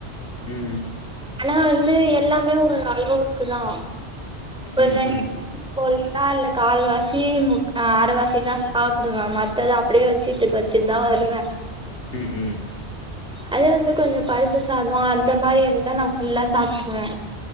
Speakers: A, on the left; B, in the centre.
A: ம்
B: ஆனா வந்து எல்லாமே ஒரு அளவுக்கு தா ஒரு
A: ம்
B: ரெண்
A: ம்
B: பொயிட்டா இல்ல கால்வாசி முக் அரைவாசி தா சாப்புடுவே ம எல்ல அப்டியே வச்சிட் வச்சிட் தா வருதுங்க
A: ம் ம்
B: அதே வந்து கொஞ்சோ பருப்பு சாதம அந்த மாரி எல்லா நா ஃபுல்லா சாப்பிட்டுருவே